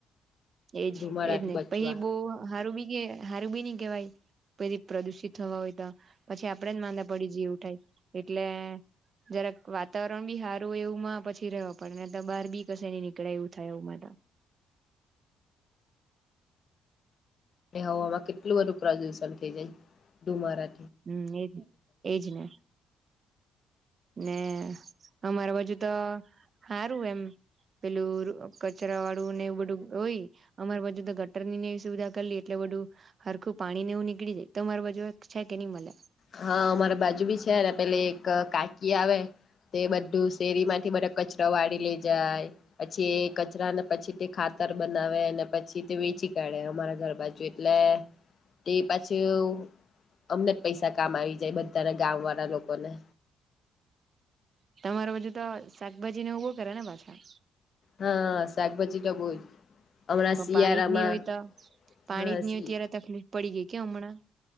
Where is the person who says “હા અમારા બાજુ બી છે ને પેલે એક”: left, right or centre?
Left